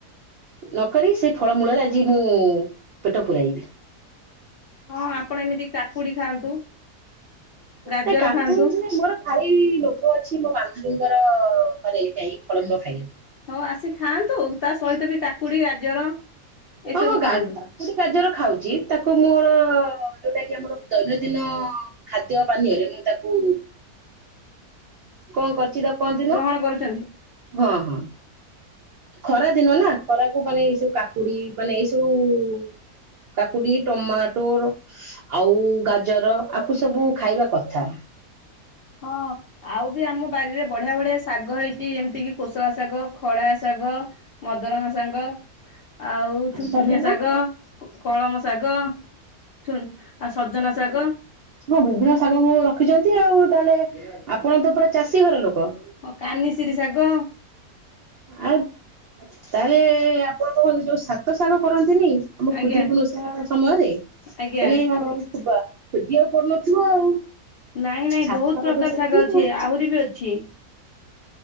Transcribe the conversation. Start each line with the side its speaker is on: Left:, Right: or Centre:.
Right: ନକରି ସେ ଫଳ ମୂଳରେ ଆଜି ମୁଁ ପେଟ ପୂୁରାଇବି।
Left: ହଁ ଆପଣ ଏମିତି କାକୁଡି ଖାଆନ୍ତୁ। ଗାଜର
Right: ସେ କାକୁଡି
Left: ଖାଆନ୍ତୁ
Right: ସେ ସବୁ ମୋର ଭାରି ଲୋଭ ଅଛି ମୋ ବାନ୍ଧବୀଙ୍କର ଘରେ ଯାଇ ଫଳ ଫୂଳ ଖାଇଆକୁ।
Left: ହଉ ଆସି ଖାଆନ୍ତୁ ତା ସହିତ ବି କାକୁଡ଼ି ଗାଜର ଏସବୁ
Right: ହଁ ହଁ ଗାତା
Left: ଖାଆନ୍ତୁ
Right: କୋଉଠି କାଜର ଖାଉଚି ତାକୁ ମୋର ଯୋଉଟା କି ଆମର ଦୈନଦିନ ଖାଦ୍ୟ ପାନୀୟରେ ମୁଁ ତାକୁ କଁ କରିଚି ତା କହନ୍ତି
Left: ଗ୍ରହଣ
Right: ନ
Left: କରୁଛନ୍ତି
Right: ହଁ ହଁ।। ଖରା ଦିନ ନା ଖରାକୁ ମାନେ ଏଇ ସବୁ କାକୁଡ଼ି ମାନେ ଏଇ ସବୁ କାକୁଡ଼ି ଟମାଟୋର ଆଉ ଗାଜର ଆକୁ ସବୁ ଖାଇବା କଥା।
Left: ହଁ। ଆଉ ବି ଆମ ବାରିରେ ବଢ଼ିଆ ବଢ଼ିଆ ଶାଗ ହେଇଛି ଯେମିତି କିି କୋଷଳା ଶାଗ, ଖଡ଼ା ଶାଗ। ମଦରଙ୍ଗା ସାଙ୍ଗ। ଆଉ
Right: ସଜନା
Left: ଚୁନ ଚୁନିଆ ଶାଗ, କଳମ ଶାଗ। ଛୁନ୍ ଆଉ ସଜନା ଶାଗ।
Right: ମୋ ବୁବୁନା ଶାଗକୁ ରଖିଚନ୍ତି ଆଉ ତାହେଲେ ଆପଣ ତ ପୁରା ଚାଷୀ ଘର ଲୋକ।
Left: ହଁ କାନିଶିରି ଶାଗ।
Right: ଆରେ ତାହେଲେ ଆପଣଙ୍କ ଯୋଉ ସାତ ଶାଗ କରନ୍ତିନି ଆମ
Left: ଆଜ୍ଞା
Right: ଖୁଦୁରକୁଣି ଉଷା ସମୟରେ
Left: ଆଜ୍ଞା
Right: ତାନେ ଆଉ ଖୁବା ଖୋଜିବାକୁ ପଡ଼ୁନଥୁବ ଆଉ।
Left: ନାଇଁ ନାଇଁ
Right: ସାତ
Left: ବହୁତ
Right: ଶାଗ
Left: ପ୍ରକାର
Right: ତ ସେମିତି
Left: ଶାଗ ଅଛି
Right: ଆଉ
Left: ଆହୁରି ବି ଅଛି।